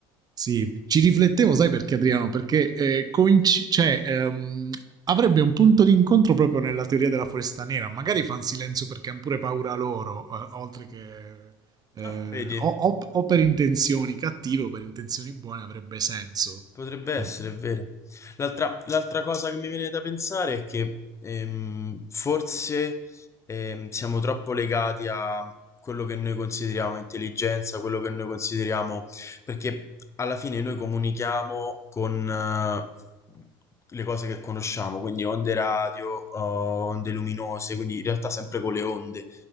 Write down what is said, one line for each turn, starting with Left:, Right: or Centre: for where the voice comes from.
Right: sì, ci riflettevo, sai perché Adriano? Perché eh, coinc- cioè, ehm, avrebbe un punto di incontro proprio nella teoria della foresta nera. Magari fanno silenzio perché hanno pure paura loro, eh, oltre che... eh,
Left: Ah, vedi,
Right: o, o- o per intenzioni cattive o per intenzioni buone avrebbe senso.
Left: potrebbe essere,
Right: Mm.
Left: è vero. L'altra l'altra cosa che mi viene da pensare è che ehm, forse ehm, siamo troppo legati a quello che noi consideriamo intelligenza, quello che noi consideriamo, perché alla fine noi comunichiamo con eh, le cose che conosciamo, quindi onde radio, oh, onde luminose, quindi in realtà sempre con le onde.